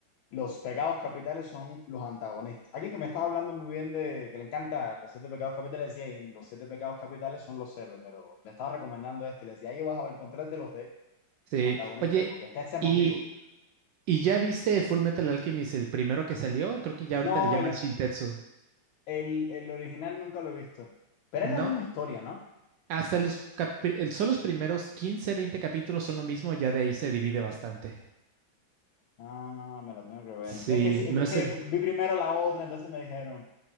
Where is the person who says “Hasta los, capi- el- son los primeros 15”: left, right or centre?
Right